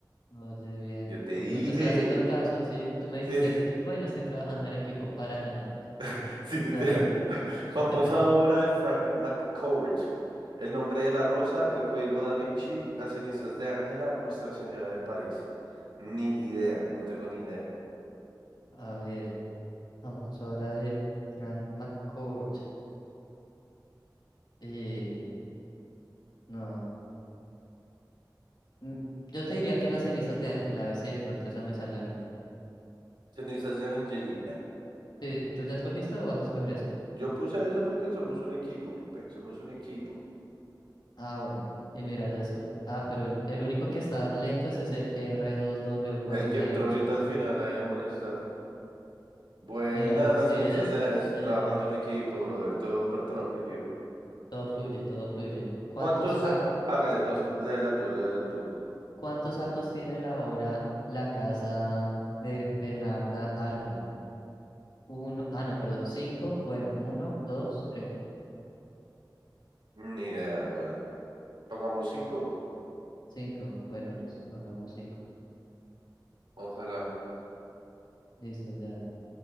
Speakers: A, on the left; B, on the right.
A: Oye, bien.
B: Yo te
A: Pues
B: dije.
A: no te estoy haciendo caso. Si tú me dijiste
B: Sí,
A: en equipo y no estoy trabajando en equipo para nada.
B: <laughs> sí, literal.
A: Dale,
B: Famosa
A: te toca.
B: obra de Frank McCourt. El nombre de la rosa, el código da Vinci, las cenizas de Ángela, Nuestra Señora de París. Ni idea, no tengo ni idea.
A: A ver, vamos ahora de Grant McCord. Eh, no. mm, Yo te diría que las cenizas de Ángel, a ver si de pronto esa me sale a mí.
B: Cenizas de Angelina.
A: Sí, ¿tú ya escogiste o vas a escoger esa?
B: Yo puse esa porque somos un equipo, mi pec, somos un equipo.
A: Ah, bueno. Y mira, ya esco- Ah, pero el, el único que está lento ese es el r dos w cuarenta
B: El que entró
A: y ocho.
B: ahorita al final ahí a molestar. Buena,
A: Mira,
B: las
A: si
B: cenizas
A: es.
B: de... Es
A: Bien,
B: trabajando en equipo, brother, todo por
A: bien.
B: trabajo en equipo.
A: Todo fluye, todo fluye. ¿Cuántos
B: ¿Cuántos?
A: actos?
B: ah, Hágales, no, sí, léela tú, léela tú.
A: ¿Cuántos actos tiene la obra La casa de Bernarda Alba? Uno, ah, no, perdón, cinco. Bueno, uno, dos, tres.
B: Ni idea, weón. Pongamos cinco.
A: Cinco. Bueno, listo, pongamos cinco.
B: Ojalá.
A: Listo, ya.